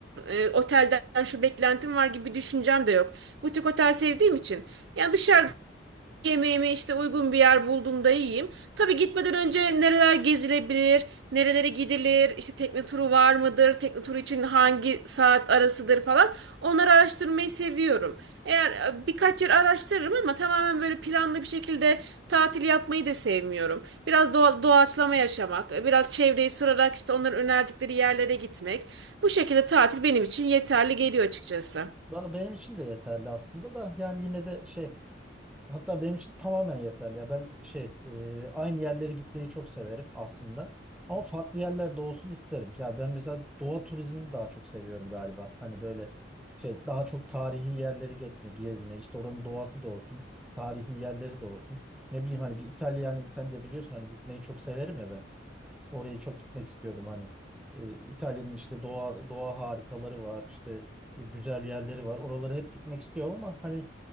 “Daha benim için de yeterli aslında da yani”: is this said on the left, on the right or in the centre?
Centre